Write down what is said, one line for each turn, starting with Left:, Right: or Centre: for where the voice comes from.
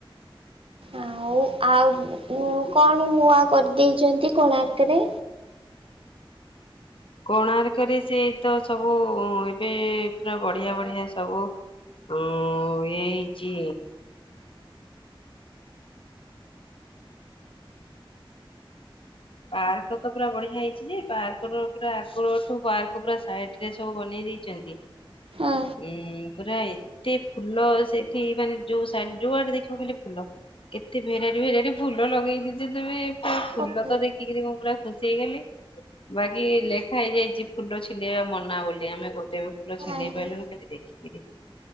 Right: ଆଉ ଆଉ ଉ କଣ ନୂଆ? କରିଦେଇଚନ୍ତି କୋଣାର୍କରେ
Left: କୋଣାର୍କରେ ସେ ତ ସବୁ ଏବେ ପୁରା ବଢିଆ ବଢିଆ ସବୁ ଉ ଇଏ ହେଇଚି। ପାର୍କ ତ ପୁରା ବଢିଆ ହେଇଚି ଯେ ପାର୍କ ର ପୁରା ଆଗଠୁ ପାର୍କ ପୁରା ସାଇଟରେ ସବୁ ବନେଇ ଦେଇଚନ୍ତି।
Right: ହଁ
Left: ଉଁ ପୁରା ଏତେ ଫୁଲ ସେଠି ମାନେ ଯୋଉ ଶା ଯୁଆଡେ ଦେଖିବ ଖାଲି ଫୁଲ କେତେ ଭେରାଇଟି ଭେରାଇଟି ଫୁଲ ଲଗେଇ ତମେ ପୁରା ଫୁଲତ
Right: ଓହୋ
Left: ଦେଖିକିରି ମୁଁ ପୁରା ଖୁସି ହେଇଗଲି। ବାକି ଲେଖା ହେଇଯାଇଚି ଫୁଲ ଛିଣ୍ଡେଇବା ମନା ବୋଲି ଆମେ ଗୋଟେ ବି ଫୁଲ ଛିଣ୍ଡେଇ
Right: ହଁ
Left: ପାଇଲୁନି ଖାଲି ଦେଖିକିରି।